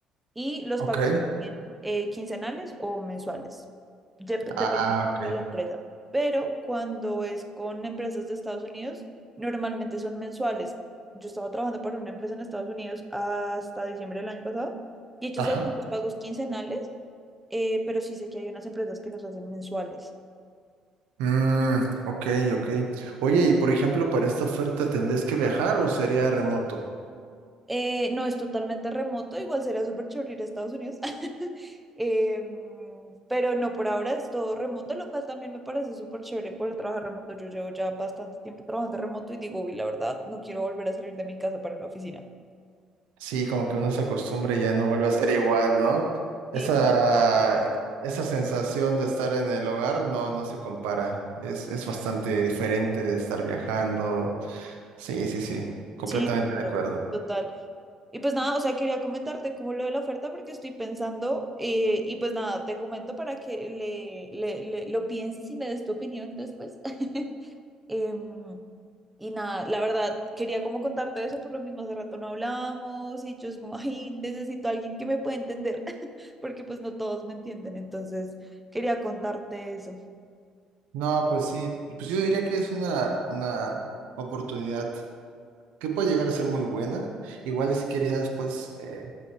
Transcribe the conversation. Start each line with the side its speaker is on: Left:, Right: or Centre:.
Centre: y los
Right: ok.
Centre: pagos serían eh, quincenales o mensuales, dep- dependiendo
Right: Ah, ok.
Centre: de la empresa. Pero cuando es con empresas de Estados Unidos, normalmente son mensuales. Yo estaba trabajando para una empresa en Estados Unidos hasta diciembre del año pasado y ellos
Right: Ajá.
Centre: hacen los pagos quincenales, eh, pero sí sé que hay unas empresas que los hacen mensuales.
Right: Mm, ok, ok. Oye, y por ejemplo, para esta oferta, ¿tendrías que viajar o sería remoto?
Centre: Eh, no, es totalmente remoto, igual sería súper chévere ir a Estados Unidos, <laughs> Em, pero no, por ahora es todo remoto, lo cual también me parece súper chévere poder trabajar remoto. Yo llevo ya bastante tiempo trabajando remoto y digo, uy, la verdad, no quiero volver a salir de mi casa para una oficina.
Right: Sí, como que uno se acostumbra y ya no vuelve a ser igual, ¿no? Esa,
Centre: Sí, total,
Right: esa sensación de estar en el hogar no, no se compara. Es, es bastante diferente de estar viajando. Sí, sí, sí. Completamente
Centre: sí,
Right: de
Centre: total.
Right: acuerdo.
Centre: Total. Y pues nada, o sea, quería comentarte como lo de la oferta porque estoy pensando eh, y pues nada, te comento para que le, le- le- lo pienses y me des tu opinión después. <laughs> Em, Y nada, la verdad, quería como contarte eso, por lo mismo hace rato no hablábamos y yo es como, <laughs> ay, necesito a alguien que me pueda entender, <laughs> porque pues no todos me entienden, entonces quería contarte eso.
Right: No, pues sí. Pues yo diría que es una, una oportunidad que puede llegar a ser muy buena. Igual si quieres ya después eh,